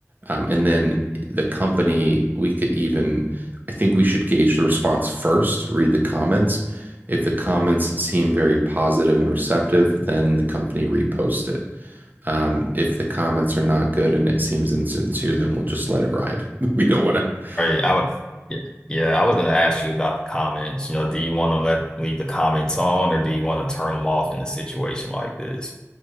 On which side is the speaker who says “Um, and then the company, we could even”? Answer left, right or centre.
Right